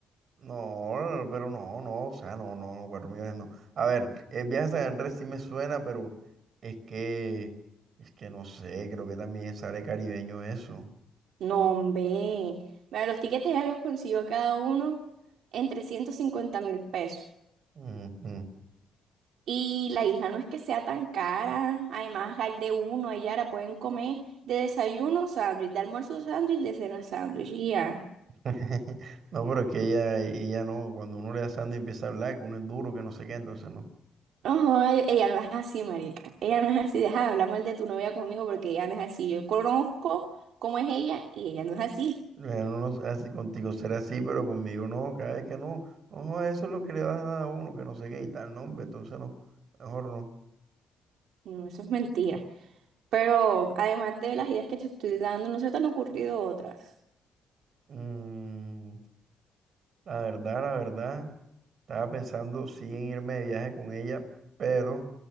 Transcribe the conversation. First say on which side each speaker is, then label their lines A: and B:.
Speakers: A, on the right; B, on the right.
A: No, pero no, no, o sea, no, no, cuatro millones no. A ver, el viaje a San Andrés sí me suena, pero es que, es que no sé, creo que también sale caribeño eso.
B: No, hombre. Mira, los tiquetes ya los consiguió cada uno en trescientos cincuenta mil pesos.
A: Ujú.
B: Y la isla no es que sea tan cara. Además, hay de uno, allá ahora pueden comer de desayuno sándwich, de almuerzo sándwich, de cena sándwich. Y ya.
A: <laughs> No, pero es que ella, ella no, cuando uno le da sangre empieza a hablar, que uno es duro, que no sé qué, entonces no.
B: Ojo, ella no es así, marica. Ella no es así. Deja de hablar mal de tu novia conmigo porque ella no es así. Yo conozco cómo es ella y ella no es así.
A: Eh, uno no- así, contigo será así, pero conmigo no, cada vez que no, ojo, eso es lo que le das a uno, que no sé qué y tal, nombre, entonces no, mejor no.
B: No, eso es mentira. Pero además de las ideas que te estoy dando, no se te han ocurrido otras.
A: Mm, la verdad, la verdad. Estaba pensando sí en irme de viaje con ella, pero